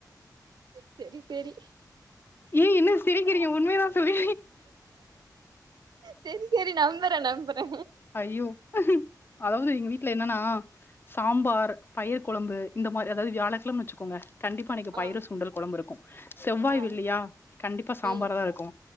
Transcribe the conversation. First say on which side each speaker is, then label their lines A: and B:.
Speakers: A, on the right; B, on the left.
A: செரி செரி
B: ஏ என்ன சிரிக்கிறீங்க உண்மையதா சொல்லி
A: செரி செரி நம்புறே நம்புறே
B: அய்யோ அதாவ்து எங்க வீட்டல என்னன்னா சாம்பார் பயிர் குழம்பு இந்த மாரி அதாவ்து வியாழக்கெழமன் வச்சுக்கோங்க கண்டிப்பா அன்னக்கி பயிறு
A: ஆ
B: சுண்டல் கொழம்பு இருக்கு செவ்வாய்
A: ஆ
B: வெள்ளியா கண்டிப்பா சாம்பார்
A: ம்
B: தா இருக்கு